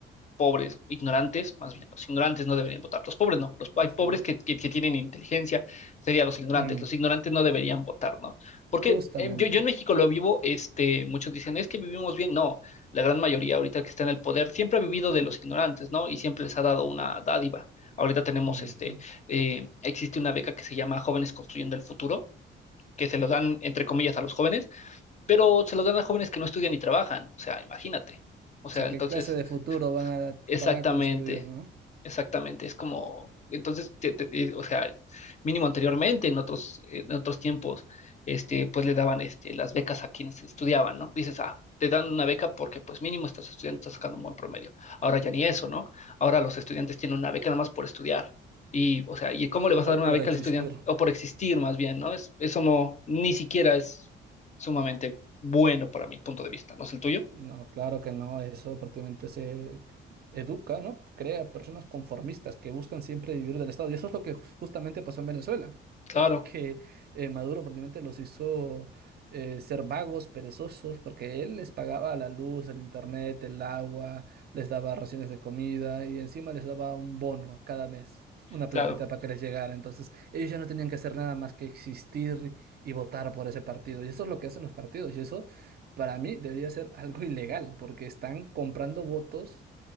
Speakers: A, on the left; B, on the right.
A: pobres, ignorantes, más bien, los ignorantes no deberían votar, los pobres no, los, hay
B: justamente.
A: pobres que, que- que tienen inteligencia, serían los ignorantes,
B: Mm,
A: los ignorantes no deberían votar, ¿no? Porque
B: justamente.
A: eh, yo, yo en México lo vivo, este, muchos dicen, es que vivimos bien, no, la gran mayoría ahorita que está en el poder siempre ha vivido de los ignorantes, ¿no? Y siempre les ha dado una dádiva. Ahorita tenemos,
B: Ujú.
A: este, eh, existe una beca que se llama Jóvenes Construyendo el Futuro, que se lo dan, entre comillas, a los jóvenes, pero se lo dan a jóvenes que no estudian ni trabajan, o sea, imagínate. O sea,
B: O sea,
A: entonces,
B: ¿qué clase de futuro van a,
A: exactamente.
B: van a construir, ¿no?
A: Exactamente, es como, entonces, te- te- eh, o sea, mínimo anteriormente, en otros, en otros tiempos, este, pues le daban este, las becas a quienes estudiaban, ¿no? Dices, ah, te dan una beca porque pues mínimo estás estudiando, estás sacando un buen promedio. Ahora ya ni eso, ¿no? Ahora los estudiantes tienen una beca nada más por estudiar. Y, o sea, ¿y cómo le vas a
B: O
A: dar una
B: por
A: beca
B: existir.
A: al estudiante? O por existir, más bien, ¿no? Es, eso no, ni siquiera es sumamente bueno para mi punto de vista, ¿no es el tuyo?
B: No, claro que no, eso prácticamente se educa, ¿no? Crea personas conformistas que buscan siempre vivir del Estado. Y eso es lo que justamente pasó en Venezuela.
A: Claro,
B: que eh, Maduro prácticamente los hizo eh, ser vagos, perezosos, porque él les pagaba la luz, el internet, el agua, les daba raciones de comida y encima les daba un bono cada mes, una
A: claro.
B: platita para que les llegara. Entonces ellos ya no tenían que hacer nada más que existir y votar por ese partido. Y eso es lo que hacen los partidos y eso para mí debería ser algo ilegal, porque están comprando votos.